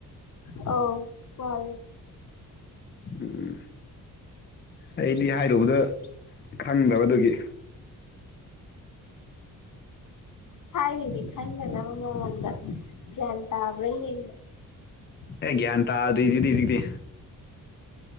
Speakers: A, on the left; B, on the left.
A: ꯑ ꯍ
B: ꯎꯝ ꯑꯩꯗꯤ ꯍꯥꯏꯔꯨꯕꯗ ꯈꯪꯗꯕ ꯑꯗꯨꯒꯤ
A: ꯍꯥꯏꯗꯤ ꯈꯟ ꯅ ꯃꯃꯃꯒ ꯀꯌꯥ ꯇꯕ꯭ꯔꯦ ꯌꯦ
B: ꯍꯒꯤꯌꯥ ꯇ ꯑꯗꯨ ꯏꯗꯤ ꯁꯤꯗꯤ